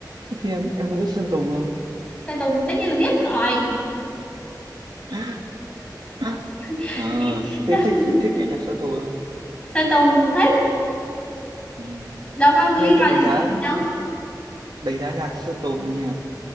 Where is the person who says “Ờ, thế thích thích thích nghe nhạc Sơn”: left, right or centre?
Right